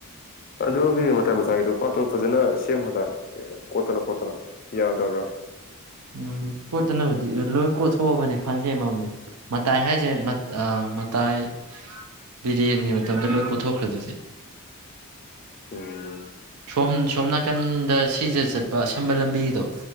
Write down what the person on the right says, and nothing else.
ꯎꯝ ꯀꯣꯠꯇꯅꯕꯨꯗꯤ ꯂꯣꯏ ꯀꯣꯊꯣꯛꯑꯕꯅꯦ ꯐꯟ ꯁꯦꯝꯃꯕꯅꯦ ꯃꯇꯥꯏ ꯍꯥꯏꯁꯦ ꯃꯇꯥꯏ ꯕꯤꯔꯦꯟꯒꯤ ꯃꯇꯝꯗ ꯂꯣꯏ ꯀꯣꯊꯣꯛꯈ꯭ꯔꯗꯨꯗꯤ
ꯁꯣꯝ ꯁꯣꯝ ꯅꯥꯀꯟꯗ ꯁꯤꯖꯥ ꯆꯠꯄ ꯑꯁꯝꯕ ꯂꯝꯕꯤꯗꯣ